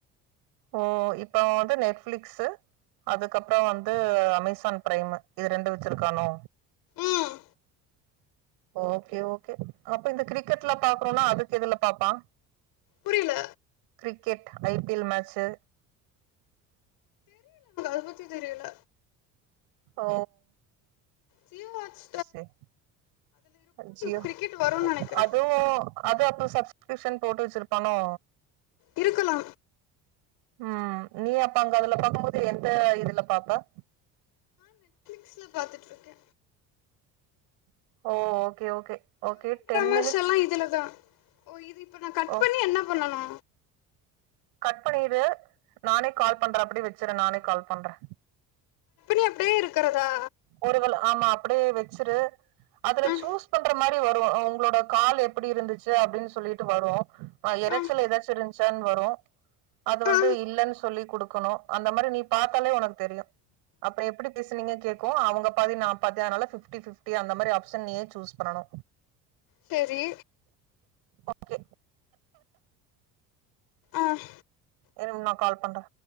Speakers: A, on the right; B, on the left.
A: ஓ இப்ப வந்து நெட்டுஃளிக்ஸ்சு அதுக்கு அப்பறோ வந்து அமேசான் பிரைம் இது ரெண்டு வச்சிருக்கானோ
B: ம்
A: ஓகே ஓகே அப்ப இந்த கிரிக்கெட்ல பாக்குறோன்னா அதுக்கு எதுல பாப்பா
B: புரியல
A: கிரிக்கெட் ஐபிஎல் மேட்சு
B: புகழ்ச்சி தெரியுல்ல
A: ஓ
B: சியூ வாட்ஸ்
A: சேரி அச்சியூ
B: கிரிக்கெட் வரும்னு நெனைக்கிறே
A: அதுவு அது அப்பறோ சப்ஸ்கிரிப்ஷன் போட்டு வச்சிருப்பானோ
B: இருக்கணு
A: ம் நீ அப்ப அங்க அதுல பாக்கும் போது எந்த இதுல பாப்ப
B: நெட்ல பாத்துட்ருக்கே
A: ஓ ஓகே ஓகே ஓகே டென்
B: காஸ்
A: மினிட்ஸ்
B: எல்லா இதுலதா ஓ இது இப்ப நா கட்
A: ஓ
B: பண்ணி என்ன பண்ணனு
A: கட் பண்ணிடு நானே கால் பண்றே அப்டியே வச்சிரு நானே கால் பண்றே
B: நீ அப்டியே இருக்குறதா
A: ஒரு வேளை ஆமா அப்டியே வச்சிரு அதுல
B: ம்
A: சூஸ் பண்ற மாரி வரு உங்களோட கால் எப்டி இருந்துச்சி அப்டின் சொல்லிட்டு வரு ஆ எரைச்சல்
B: ம்
A: ஏதாச்சு இருஞ்சான்னு வரு அது வந்து
B: ஆ
A: இல்லன்னு சொல்லி குடுக்கணு அந்த மாரி நீ பாத்தாலே உனக்கு தெரியு அப்பறோ எப்டி பேசுனீங்க கேக்கு அவங்க பாதி நா பாதி அதனால பிப்டி பிப்டி அந்த மாரி ஆபஷன் நீயே சூஸ் பண்ணனு
B: சேரி
A: ஓகே
B: ஆ
A: இருங்க நா கால் பண்றே